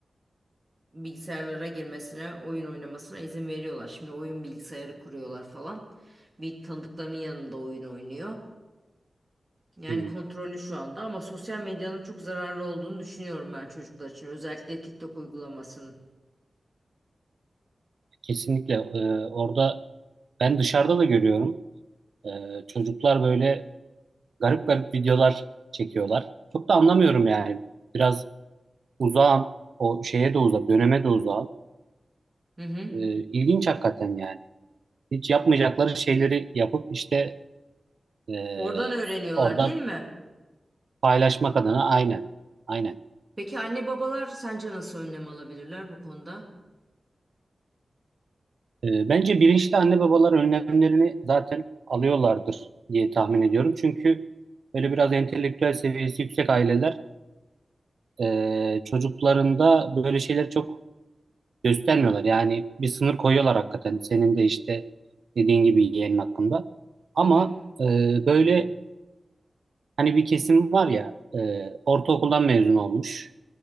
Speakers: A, on the right; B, on the right.
A: bilgisayarlara girmesine, oyun oynamasına izin veriyorlar. Şimdi oyun bilgisayarı kuruyorlar falan. Bir tanıdıklarının yanında oyun oynuyor. Yani
B: hı,
A: kontrollü şu anda ama sosyal medyanın çok zararlı olduğunu düşünüyorum ben çocuklar için. Özellikle TikTok uygulamasının.
B: kesinlikle ee, orada ben dışarıda da görüyorum. Ee, çocuklar böyle garip garip videolar çekiyorlar. Çok da anlamıyorum yani. Biraz uzağım. O şeye de uzak, döneme de uzağım.
A: Hı hı.
B: Ee, ilginç hakikaten yani. Hiç yapmayacakları şeyleri yapıp işte ee,
A: Oradan öğreniyorlar
B: orada
A: değil mi?
B: Paylaşmak adına aynen. Aynen.
A: Peki anne babalar sence nasıl önlem alabilirler bu konuda?
B: Ee, bence bilinçli anne babalar önlemlerini zaten alıyorlardır diye tahmin ediyorum. Çünkü böyle biraz entelektüel seviyesi yüksek aileler e, çocuklarında böyle şeyleri çok göstermiyorlar. Yani bir sınır koyuyorlar hakikaten. Senin de işte dediğin gibi yeğenin hakkında. Ama
A: Hı hı.
B: e, böyle hani bir kesim var ya e, ortaokuldan mezun olmuş.